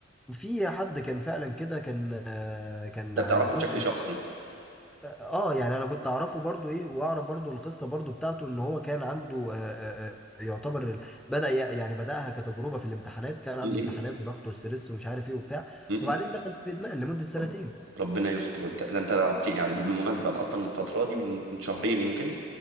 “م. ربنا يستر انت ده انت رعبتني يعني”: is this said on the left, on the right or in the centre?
Right